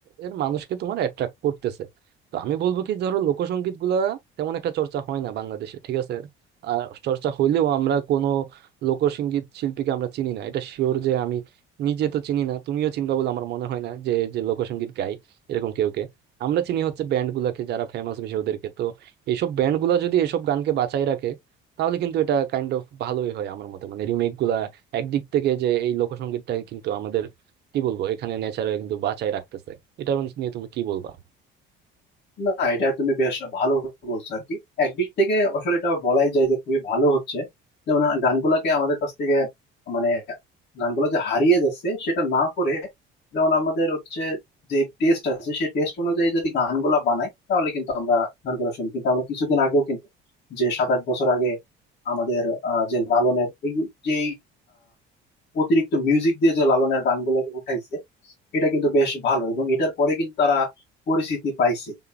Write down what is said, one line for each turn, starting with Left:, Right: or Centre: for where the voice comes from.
Right: এর মানুষকে তোমার অ্যাট্রাক্ট করতেছে তো আমি বলবো কি ধরো লোকসঙ্গীত গুলা তেমন একটা চর্চা হয় না বাংলাদেশে ঠিক আছে আর চর্চা হইলেও আমরা কোনো লোকসঙ্গীত শিল্পীকে আমরা চিনি না এটা শিওর যে আমি নিজে তো চিনি না তুমিও চিনবা বলে আমার মনে হয় না যে যে লোকসঙ্গীত গাই এরকম কেউ আমরা চিনি হচ্ছে ব্যান্ড গুলাকে যারা ফেমাস বেশি ওদেরকে তো এইসব ব্যান্ড গুলা যদি এসব গানকে বাঁচাই রাখে তাহলে কিন্তু এটা কাইন্ড অফ ভালোই হয় আমার মতে মানে রিমেক গুলা একদিক থেকে যে এই লোকসঙ্গীতটাকে কিন্তু আমাদের কি বলবো এখানে নেচারে কিন্তু বাঁচাই রাখতেছে এটা নিয়ে তুমি কি বলবা
Left: না এটা তুমি বেশ ভালো বলছো আর কি একদিক থেকে আসলে এটা বলাই যায় যে খুবই ভালো হচ্ছে যেমন গানগুলাকে আমাদের কাছ থেকে মানে গানগুলো যে হারিয়ে যাচ্ছে সেটা না করে যেমন আমাদের হচ্ছে যে টেস্ট আছে সেই টেস্ট অনুযায়ী যদি গানগুলা বানাই তাহলে কিন্তু আমরা গানগুলো শুনি কিন্তু আমরা কিছুদিন আগেও কিন্তু যে সাত আট বছর আগে আমাদের আহ, যে লালনের এই যে অতিরিক্ত মিউজিক দিয়ে যে লালনের গানগুলোকে উঠাইছে এটা কিন্তু বেশ ভালো এবং এটার পরে কিন্তু তারা পরিচিতি পাইছে